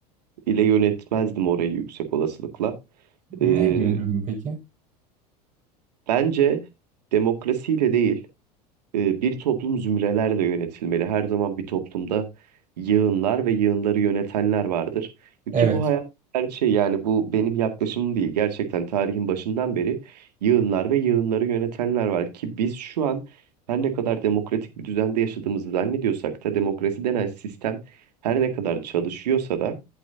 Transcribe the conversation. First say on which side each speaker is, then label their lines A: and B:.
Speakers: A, on the right (about 80°); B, on the right (about 35°).
A: ile yönetmezdim orayı yüksek olasılıkla.
B: Ne
A: E,
B: yönetirdim peki?
A: bence demokrasiyle değil. E, bir toplum zümrelerle yönetilmeli. Her zaman bir toplumda yığınlar ve yığınları yönetenler vardır.
B: Evet.
A: Ki bu hayat gerçeği yani bu benim yaklaşımım değil. Gerçekten tarihin başından beri yığınlar ve yığınları yönetenler var. Ki biz şu an her ne kadar demokratik bir düzende yaşadığımızı zannediyorsak da demokrasi denen sistem her ne kadar çalışıyorsa da